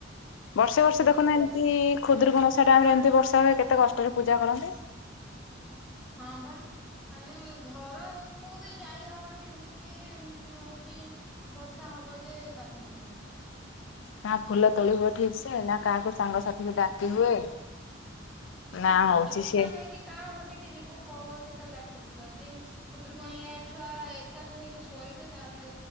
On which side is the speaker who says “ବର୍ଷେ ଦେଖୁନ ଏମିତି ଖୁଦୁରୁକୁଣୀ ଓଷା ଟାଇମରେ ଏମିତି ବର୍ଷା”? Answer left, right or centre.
Left